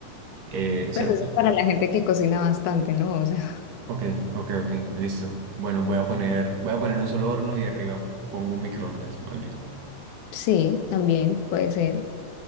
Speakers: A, on the right; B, on the left.
A: Eh, cero.
B: Pues eso es para la gente que cocina bastante, ¿no? O sea,
A: Ok, ok, ok, listo. Bueno, voy a poner, voy a poner un solo horno y arriba pongo un microondas, más bien.
B: <laughs> sí, también puede ser.